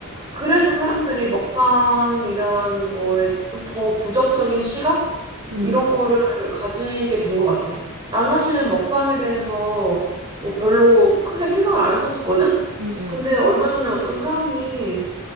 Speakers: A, on the right (about 20°); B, on the right (about 75°).
A: 그래서 사람들이 먹방이라는 거에 좀 더 부정적인 시각?
B: 음,
A: 이런 거를 가지게 된 것 같아. 난 사실 먹방에 대해서 뭐 별로 크게 생각을 안 했었거든?
B: 음,
A: 근데
B: 음,
A: 얼마 전에 어떤 사람이